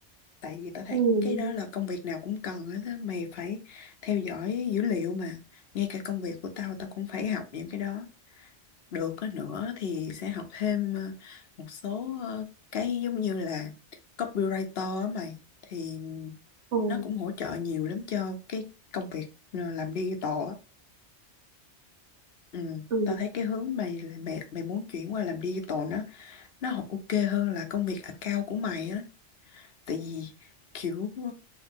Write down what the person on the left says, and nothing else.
tại vì tao thấy
cái đó là công việc nào cũng cần hết á mày phải theo dõi dữ liệu mà ngay cả công việc của tao tao cũng phải học những cái đó được á nữa thì sẽ học thêm ờ, một số ờ, cái giống như là copywriter á mày thì
nó cũng hỗ trợ nhiều lắm cho cái công việc ờ, làm digital á ừ.
Tao thấy cái hướng mày mày mày muốn chuyển qua làm digital nó nó ok hơn là công việc account của mày á tại vì kiểu ờ,